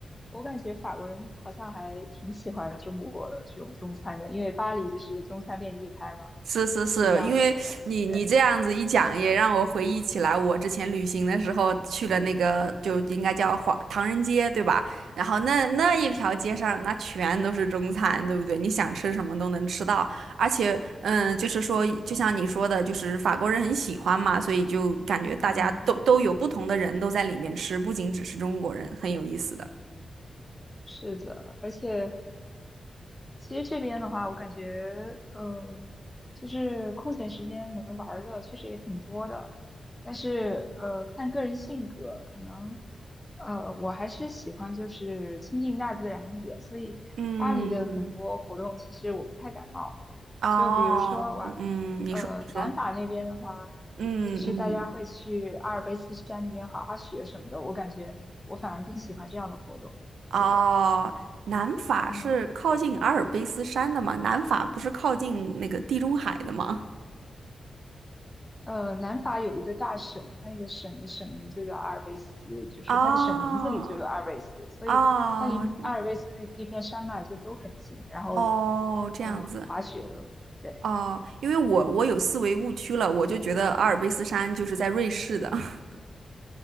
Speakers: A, on the left (about 20°); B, on the right (about 90°).
A: 我感觉法国人好像还挺喜欢中国的这种中餐的，因为巴黎就是中餐遍地开嘛，
B: 是是是，
A: 是这样一种感觉。
B: 因为你你这样子一讲，也让我回忆起来，我之前旅行的时候去了那个，就应该叫华唐人街，对吧？然后那那一条街上，那全都是中餐，对不对？你想吃什么都能吃到，而且，嗯，就是说，就像你说的，就是法国人很喜欢嘛，所以就感觉大家都都有不同的人都在里面吃，
A: 嗯，
B: 不仅只是中国人，很有意思的。
A: 是的，而且其实这边的话，我感觉，呃，就是空闲时间能玩儿的确实也挺多的，但是，呃，看个人性格，可能，呃，我还是喜欢就是亲近大自然一点，所以巴黎的很多活动其实我不太感冒，
B: 嗯，哦，
A: 就比如说哇，
B: 嗯，你说，
A: 呃，
B: 你说，
A: 南法那边的话，
B: 嗯嗯。
A: 就是大家会去阿尔卑斯山那边滑滑雪什么的，我感觉我反而更喜欢这样的活动，
B: 哦，
A: 对的，
B: 南法是靠近阿尔卑斯山的吗？
A: 嗯。
B: 南法不是靠近那个地中海的吗？
A: 呃，南法有一个大省，它那个省的省名就叫阿尔卑斯，就是它的省名字里就有阿尔卑斯，
B: <laughs> 哦
A: 所以它离阿尔卑斯那那片山脉就都很近。
B: 哦
A: 然后，
B: 哦，这样子
A: 呃，滑雪的，对，
B: 哦，因为我我有思维误区了，我就觉得阿尔卑斯山就是在瑞士的 <laughs>